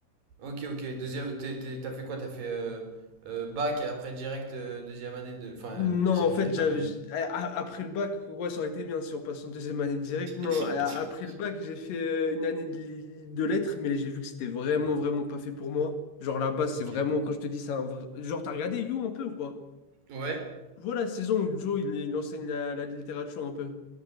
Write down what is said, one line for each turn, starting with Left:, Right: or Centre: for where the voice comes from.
Right: Ok, ok. Deuxième, t'es- t'es- t'as fait quoi? T'as fait euh, euh, bac et après direct euh, deuxième année de... Enfin,
Left: Non,
Right: deuxième
Left: en fait,
Right: année, non,
Left: j'avais,
Right: mais...
Left: j'- a- a- après le bac, ouais, ça aurait été bien si on passe en deuxième année direct. Non,
Right: <laughs>
Left: a- après le bac, j'ai fait euh, une année de, li- de lettres, mais j'ai vu que c'était vraiment,
Right: Ouais,
Left: vraiment pas fait pour moi. Genre là-bas, c'est
Right: ok.
Left: vraiment, quand je te dis, c'est un vrai... Genre, t'as regardé You un peu ou pas?
Right: Ouais?
Left: Voilà, la saison où Joe, il, il enseigne la, la littérature un peu.